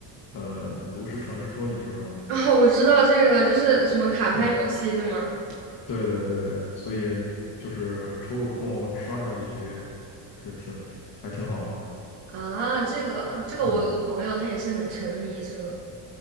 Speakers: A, on the left; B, on the right.
A: 呃，炉石传说，你知道吗？
B: <laughs> 哦，我知道这个，就是什么卡牌游戏，
A: 对。
B: 对吗？
A: 对对对，所以就是抽个空刷上一局，是挺还挺好的，
B: 啊，这个，这个我有个朋友，
A: 对，
B: 他也是很沉迷这个。